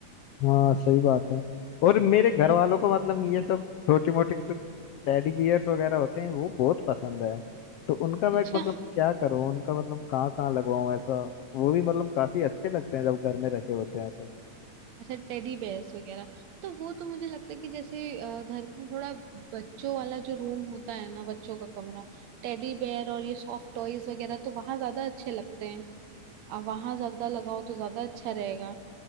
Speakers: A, on the left (about 80°); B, on the right (about 70°).
A: हाँ सही बात है और मेरे घर
B: हम्म।
A: वालों को मतलब ये सब छोटी मोटी जो टेडी बियर्स वगैरह होते हैं वो बहुत पसंद है तो उनका मैं
B: अच्छा
A: मतलब क्या करूँ उनका मतलब कहाँ कहाँ लगवाऊँ ऐसा वो भी मतलब काफी अच्छे लगते हैं जब घर में रखे होते हैं तो
B: अच्छा टेडी बेयर्स वगैरह तो वो तो मुझे लगता है कि जैसे अ, घर में थोड़ा बच्चों वाला जो रूम होता है ना बच्चों का कमरा टेडी बेयर और ये सॉफ्ट टॉयज वगैरह तो वहां ज्यादा अच्छे लगते हैं अब वहां ज्यादा लगाओ तो ज्यादा अच्छा रहेगा